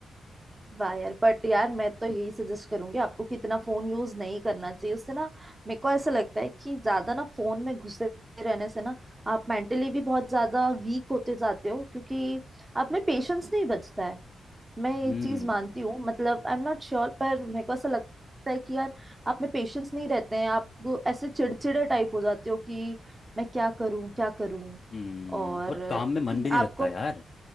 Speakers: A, on the right; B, on the left.
A: वाह यार बट यार मैं तो यही सजेस्ट करूंगी आपको कि इतना फोन यूज नहीं करना चाहिए उससे ना मेरे को ऐसा लगता है कि ज्यादा ना फोन में घुसे रहने से ना आप मेंटली भी बहुत ज्यादा वीक होते जाते हो क्योंकि आप में पेशेंस नहीं बचता है मैं ये
B: हम्म
A: चीज मानती हूँ मतलब आई एम नॉट श्योर पर मेरे को ऐसा लगता है कि यार आप में पेशेंस नहीं रहते हैं आप वो ऐसे चिड़चिड़े टाइप हो जाते हो कि मैं क्या करूं क्या करूं
B: हम्म
A: और
B: और काम में मन भी नहीं
A: आपको
B: लगता यार